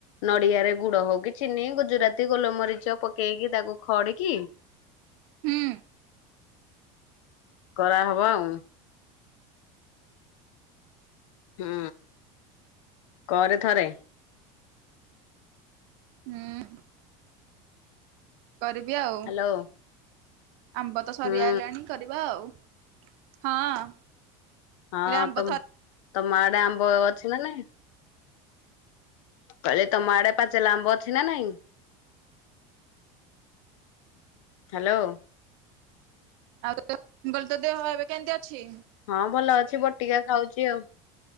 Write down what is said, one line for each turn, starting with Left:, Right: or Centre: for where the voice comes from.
Left: ନଡ଼ିଆରେ ଗୁଡ ହଉ କି ଚିନି ଗୁଜୁରାତି ଗୋଲମରିଚ ପକେଇକି ତାକୁ ଖଡିକି
Right: ହୁଁ
Left: କରାହବ ଆଉ। ହୁଁ କରେ ଥରେ।
Right: ହୁଁ କରିବି ଆଉ,
Left: ହ୍ୟାଲୋ
Right: ଆମ୍ବ ତ ସରିଆଇଲାଣି
Left: ହୁଁ
Right: କରିବା ଆଉ। ହଁ
Left: ହଁ
Right: କହିଲି ଆମ୍ବ
Left: ତ ତମ ଆଡେ ଆମ୍ବ ଅଛି ନା ନାଇଁ? କହିଲେ ତମ ଆଡେ ପାଚିଲା ଲାମ୍ବ ଅଛି ନା ନାଇଁ? ହ୍ୟାଲୋ
Right: ଆଉ ତ ଦେହ <unintelligible> ଏବେ କେମିତି ଅଛି?
Left: ହଁ ଭଲ ଅଛି ବଟିକା ଖାଉଛି ଆଉ,